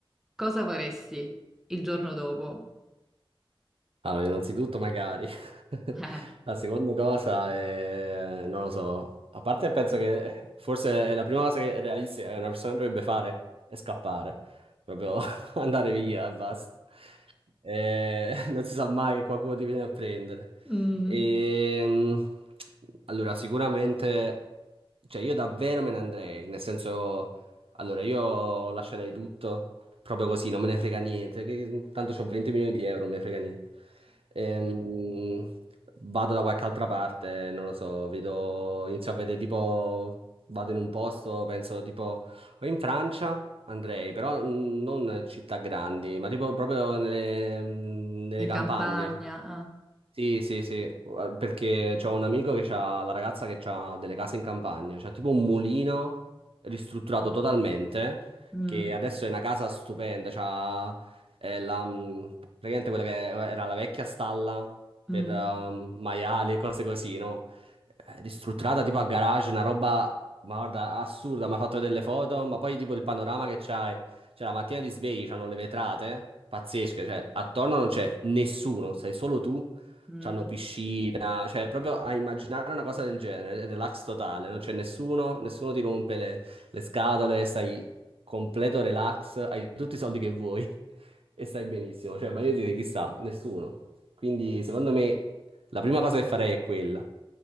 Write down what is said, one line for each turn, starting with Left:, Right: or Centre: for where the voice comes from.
Centre: cosa faresti il giorno dopo?
Right: Allora, innanzitutto magari. <laughs>
Centre: <laughs>
Right: La seconda cosa è, non lo so, a parte penso che forse è la prima cosa che è realistica che una persona dovrebbe fare è scappare, proprio <laughs> andare via e basta. Eh, <laughs> non si sa mai che qualcuno ti viene a prendere.
Centre: Eh, mm,
Right: Ehm, allora, sicuramente, cioè io davvero me ne andrei, nel senso, allora io lascerei tutto proprio così, non me ne frega niente, che- tanto ho 20 milioni di euro, non me ne frega niente. Ehm, vado da qualche altra parte, non lo so, vedo, inizio a vedere tipo, vado in un posto, penso tipo... O in Francia andrei, però mh, non città grandi, ma tipo proprio nelle, nelle
Centre: in
Right: campagne.
Centre: campagna? ah,
Right: Sì, sì, sì, perché c'ho un amico che ha la ragazza che ha delle case in campagna, c'ha tipo un mulino ristrutturato totalmente,
Centre: mm,
Right: che adesso è una casa stupenda, c'ha eh, la, mh, praticamente quella che era la vecchia stalla per
Centre: mm,
Right: um, maiali e cose così, no? Eh, Ristrutturata tipo a garage, una roba ma guarda, assurda, mi ha fatto delle foto, ma poi tipo il panorama che c'hai, cioè la mattina ti svegli, c'hanno le vetrate, pazzesche, cioè attorno non c'è nessuno, sei solo tu,
Centre: mm,
Right: c'hanno piscina, cioè proprio a immaginare una cosa del genere, è relax totale, non c'è nessuno, nessuno ti rompe le, le scatole, stai completo relax, hai tutti i soldi che vuoi <laughs> e stai benissimo, cioè ma io direi chissà, nessuno. Quindi secondo me la prima cosa che farei è quella.